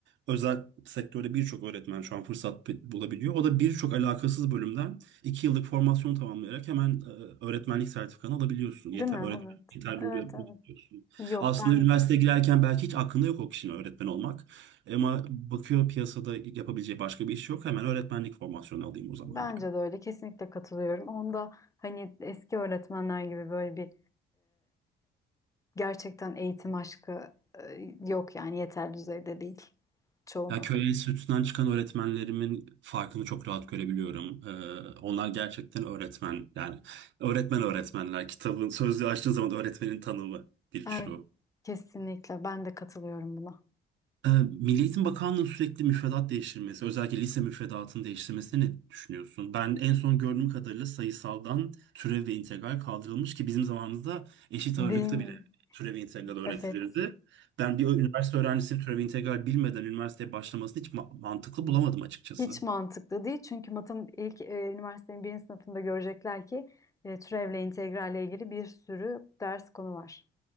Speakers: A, on the right; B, on the left.
A: özel sektörde birçok öğretmen şu an fırsat bi- bulabiliyor. O da birçok alakasız bölümden iki yıllık formasyon tamamlayarak hemen e, öğretmenlik sertifikanı alabiliyorsun. Yeter
B: değil mi?
A: öğretmen
B: Evet.
A: yeterli
B: Evet,
A: oluyor
B: evet.
A: oluyorsun.
B: Yok
A: Aslında
B: ben
A: üniversiteye girerken belki hiç aklında yok o kişinin öğretmen olmak. Ama bakıyor piyasada yapabileceği başka bir iş yok. Hemen öğretmenlik formasyonu alayım o zaman
B: bence
A: diyor.
B: de öyle kesinlikle katılıyorum. Onda hani eski öğretmenler gibi böyle bir Gerçekten eğitim aşkı e, yok yani yeterli düzeyde değil çoğunun.
A: Ya köy enstitüsünden çıkan öğretmenlerimin farkını çok rahat görebiliyorum. Ee, onlar gerçekten öğretmen. Yani öğretmen öğretmenler. Kitabın sözlüğü açtığın zaman öğretmenin tanımı birçoğu.
B: Er- kesinlikle ben de katılıyorum buna.
A: Ee, Milli Eğitim Bakanlığı'nın sürekli müfredat değiştirmesi, özellikle lise müfredatını değiştirmesini ne düşünüyorsun? Ben en son gördüğüm kadarıyla sayısaldan türev ve integral kaldırılmış ki bizim zamanımızda eşit
B: Değil
A: ağırlıkta
B: mi?
A: bile türev ve integral öğretilirdi.
B: Evet.
A: Ben bir üniversite öğrencisinin türev ve integral bilmeden üniversiteye başlamasını hiç ma- mantıklı bulamadım açıkçası.
B: Hiç mantıklı değil çünkü matım ilk e, üniversitenin birinci sınıfında görecekler ki e, türevle integralle ilgili bir sürü ders konu var.